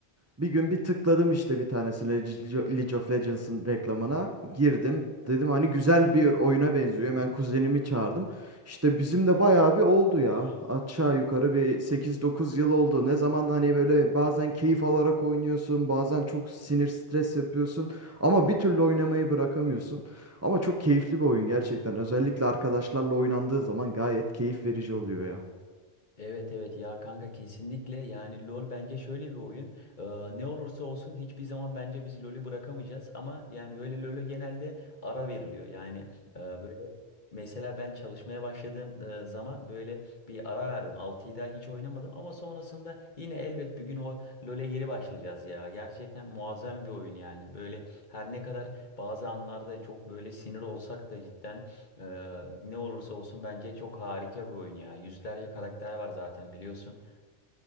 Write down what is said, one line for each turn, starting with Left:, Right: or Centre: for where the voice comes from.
Right: Bir gün bir tıkladım işte bir tanesine Lege League of Legends'ın reklamına girdim. Dedim hani güzel bir oyuna benziyor. Hemen kuzenimi çağırdım. İşte bizim de bayağı bir oldu ya. Aşağı yukarı bir sekiz dokuz yıl oldu. Ne zaman hani böyle bazen keyif alarak oynuyorsun, bazen çok sinir stres yapıyorsun ama bir türlü oynamayı bırakamıyorsun. Ama çok keyifli bir oyun gerçekten. Özellikle arkadaşlarla oynandığı zaman gayet keyif verici oluyor ya.
Left: Evet evet ya kanka kesinlikle yani LoL bence şöyle bir oyun Ee, ne olursa olsun hiçbir zaman bence biz LoL'ü bırakamayacağız ama yani böyle LoL'e genelde ara veriliyor yani e, böyle mesela ben çalışmaya başladığım e, zaman böyle bir ara verdim 6'yı daha hiç oynamadım ama sonrasında yine elbet bir gün o LoL'e geri başlayacağız ya gerçekten muazzam bir oyun yani böyle her ne kadar bazı anlarda çok böyle sinir olsak da cidden ee, ne olursa olsun bence çok harika bir oyun ya. Yüzlerce karakter var zaten biliyorsun.